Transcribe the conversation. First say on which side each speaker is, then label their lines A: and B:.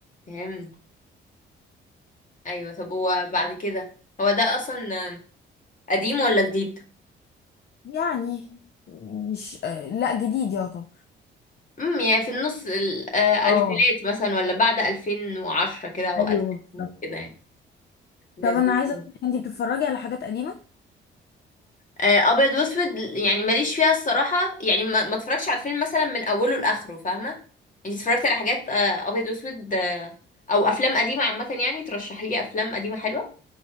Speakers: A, on the left (about 40°); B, on the left (about 55°).
A: فهمت ايوه طب هو بعد كده هو ده اصلا قديم ولا جديد
B: يعني مش آه، لا جديد يا طب
A: امم يعني في النص الألفينات
B: اه
A: مثلا ولا بعد 2010 كده أو
B: ايوه
A: 2000
B: بالظبط
A: كده يعني لذيذ
B: طب انا عايزه
A: جدا.
B: اقول انت بتتفرجي على حاجات قديمه
A: آه، أبيض وأسود يعني ماليش فيها الصراحة يعني ما, ما اتفرجش على الفيلم مثلا من أوله لآخره فاهمة يعني اتفرجت على حاجات آه، أبيض وأسود آه، أو أفلام قديمة عامة يعني ترشحي لي أفلام قديمة حلوة